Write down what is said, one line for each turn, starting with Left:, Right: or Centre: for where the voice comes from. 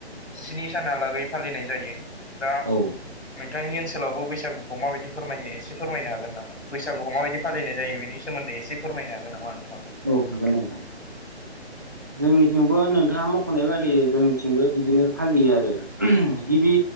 Left: स्नि सानहालागै फालिनाय जायो दा
Right: औ
Left: नोंथांनि ओनसोलावबो बैसागुखौ माबायदि फोरमायो एसे फोरमायनो हागोन नामा। बैसागुखौ माबायदि फालिनाय जायो बेनि सोमोन्दै एसे फोरमायनो हागोन नामा नोंथाङाबो।
Right: औ हागोन नोंथां। जोंनिथिंबो नोंथाङा मख'नाय बादि जोंनिथिंबो बिदिनो फालियो आरो। गिबि